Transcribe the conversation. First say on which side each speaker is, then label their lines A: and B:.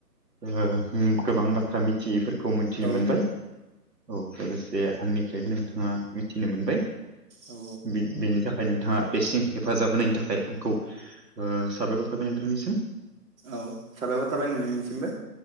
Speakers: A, on the right; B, on the right.
A: ओ उम गोबां बाथ्रा मिथियि फोर खौ मिथिनो
B: औ
A: मोनबाय औ लोगोसे आंनिफ्रायबो नोंथाङा मिथिनो मोनबाय।
B: औ
A: बि बेनि थाखाय नोंथाङा बेसिम हेफाजाब होनायनि थाखाय आंखौ ओ साबायखर थाबाय नोंथांनिसिम।
B: औ साबायखर थाबाय नोंथांनिसिमबो